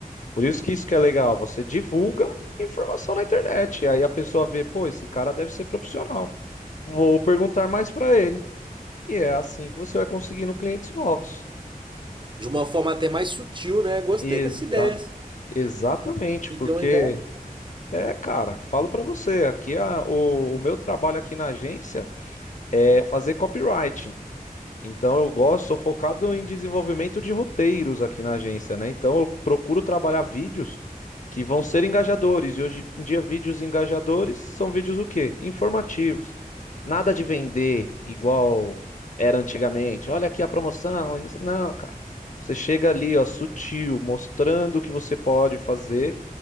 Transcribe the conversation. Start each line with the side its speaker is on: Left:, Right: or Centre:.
Left: Por isso que isso que é legal, você divulga informação na internet, e aí a pessoa vê, pô, esse cara deve ser profissional. Vou perguntar mais para ele. E é assim que você vai conseguindo clientes novos.
Right: De uma forma até mais sutil, né? Gostei
Left: Exato.
Right: dessa ideia.
Left: Exatamente,
Right: Me
Left: porque
Right: deu uma ideia.
Left: é, cara, falo para você, aqui a- o, o meu trabalho aqui na agência é fazer copywriting. Então eu gosto, sou focado em desenvolvimento de roteiros aqui na agência, né? Então eu procuro trabalhar vídeos que vão ser engajadores. E hoje em dia, vídeos engajadores são vídeos o quê? Informativos. Nada de vender igual era antigamente. Olha aqui a promoção. e Não, não, cara. Você chega ali, ó, sutil, mostrando o que você pode fazer